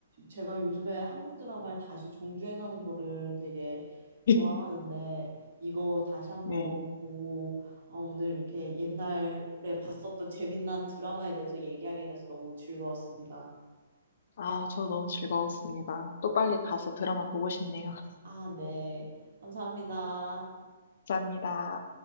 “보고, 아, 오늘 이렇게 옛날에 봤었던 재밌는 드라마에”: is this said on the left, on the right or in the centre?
Right